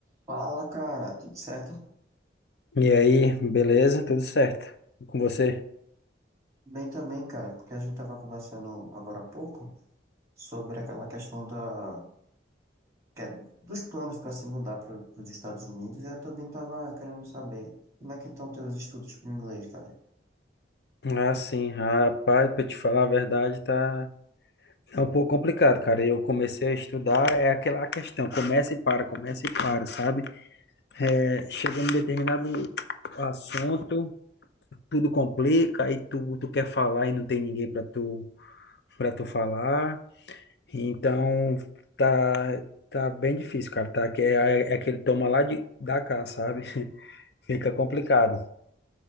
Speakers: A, on the right (about 20°); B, on the left (about 60°).
A: Fala, cara, tudo certo?
B: E aí, beleza? Tudo certo? E com você?
A: Bem também, cara, porque a gente tava conversando agora há pouco sobre aquela questão da, que é- dos planos para se mudar para os Estados Unidos, e eu também tava querendo saber como é que estão teus estudos para inglês, cara.
B: Ah, sim, rapaz, pra te falar a verdade, tá é um pouco complicado, cara. Eu comecei a estudar, é aquela questão, começa e para, começa e para, sabe? É, chegando em determinado assunto, tudo complica, aí tu, tu quer falar e não tem ninguém para tu, para tu falar. Então, tá, tá bem difícil, cara, tá? Que é, é aquele toma lá de, da cá, sabe? <laughs> Fica complicado.